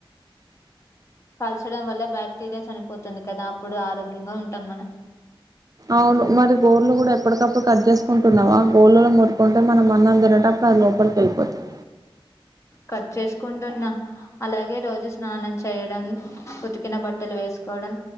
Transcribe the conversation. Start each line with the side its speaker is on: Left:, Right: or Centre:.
Left: కాల్చడం వల్ల బాక్టీరియా చనిపోతుంది కదా అప్పుడు ఆరోగ్యంగా ఉంటాం మనం
Right: అవును మరి గోళ్లు కూడా ఎప్పటికప్పుడు కట్ చేసుకుంటున్నావా గోళ్ళలో మురి కుంటే మనం అన్నం తి నేటప్పుడు అది లోపలికి వెళ్ళిపోతాయి
Left: కట్ చేసుకుంటున్నా అలాగే రోజు స్నానం చేయడం ఉతికిన బట్టలు వేసుకోవడం